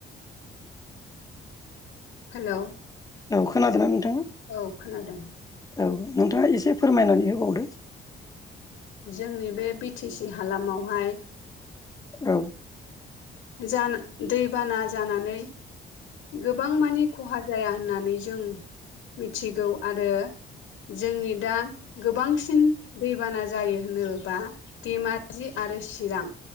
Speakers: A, on the left; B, on the left.
A: हेलौ
B: औ खोनादोंना नोंथांङा
A: औ खोनादों।
B: औ नोंथांङा एसे फोरमायनानै होबावदो।
A: जोंनि बे बि टि सि हालामावहाय
B: औ
A: जा दैबाना जानानै गोबां मानि खहा जाया होननानै जों मिथिगौ आरो जोंनि दा गोबांसिन दैबाना जायो होनोबा धेमाजि आरो चिरां